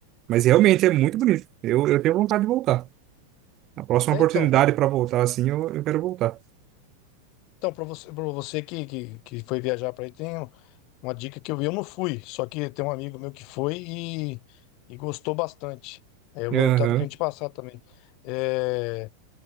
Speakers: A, on the right; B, on the left.
A: Mas realmente é muito bonito. Eu, eu tenho vontade de voltar. A próxima
B: é,
A: oportunidade
B: então,
A: para voltar, assim, eu, eu quero voltar.
B: então para você, para você que, que, que foi viajar para aí, tem um- uma dica que eu vi, eu não fui, só que tem um amigo meu que foi e, e gostou bastante. Aí eu
A: Aham.
B: vou- tava querendo te passar também. É,